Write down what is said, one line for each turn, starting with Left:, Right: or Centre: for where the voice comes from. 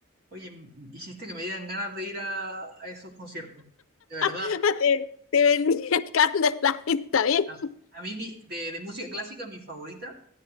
Right: Oye, m- hiciste que me dieran ganas de ir a, a esos conciertos. De verdad.
Left: <laughs> Te, te venía el Candlelight, está bien.
Right: A, a mí mi- de, de música clásica mi favorita